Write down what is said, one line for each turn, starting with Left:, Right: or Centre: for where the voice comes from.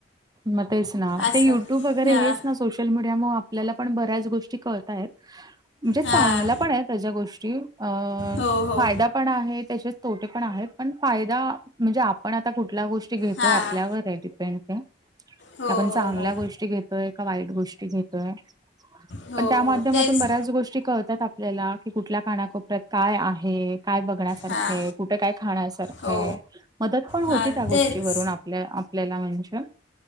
Right: मग तेच ना,
Left: असं
Right: ते युट्यूब वगैरे
Left: हां
Right: हेच ना सोशल. सोशल मीडियामुळे आपल्याला पण, बऱ्याच गोष्टी कळतायत. म्हणजे
Left: हां
Right: चांगला पण आहे त्या गोष्टी अ
Left: हो हो
Right: फायदा पण आहे तशेच तोटे पण आहे पण फायदा म्हणजे आपण आता कुठल्या गोष्टी घेतोय
Left: हां
Right: आपल्यावर आहे डिपेंड त्या.
Left: हो
Right: आपण
Left: हो
Right: चांगल्या
Left: हो
Right: गोष्टी घेतोय, का वाईट गोष्टी घेतोय.
Left: हो
Right: पण त्या माध्यमातून
Left: हो तेच
Right: बऱ्याच गोष्टी कळतात आपल्याला की कुठल्या कानाकोपऱ्यात काय आहे काय बघण्यासारखं
Left: हां
Right: आहे कुठे काय खाण्यासारखंय
Left: हो
Right: मदत पण होती
Left: हां
Right: त्या गोष्टीवरून
Left: तेच
Right: आपल्या, आपल्याला म्हणजे.